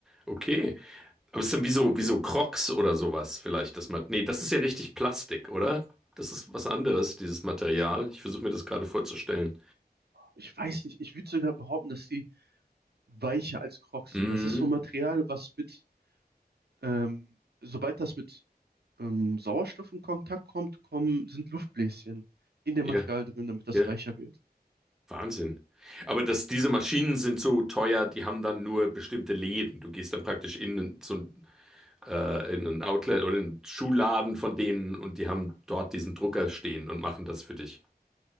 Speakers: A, in the centre; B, on the right.
A: Okay. Aber es ist dann wie so, wie so Crocs oder sowas vielleicht, das man, nee, das ist ja richtig Plastik, oder? Das ist was anderes, dieses Material. Ich versuche mir das gerade vorzustellen.
B: ich weiß nicht, ich würde sogar behaupten, dass die weicher als Crocs
A: Mhm.
B: sind. Das ist so ein Material, was mit, ähm, sobald das mit ähm, Sauerstoff in Kontakt kommt, kommen, sind Luftbläschen in dem
A: Ja,
B: Material drin, damit das
A: ja.
B: weicher wird.
A: Wahnsinn. Aber das, diese Maschinen sind so teuer, die haben dann nur bestimmte Läden. Du gehst dann praktisch in, ein- so ein, äh, in ein Outlet oder in einen Schuhladen von denen und die haben dort diesen Drucker stehen und machen das für dich.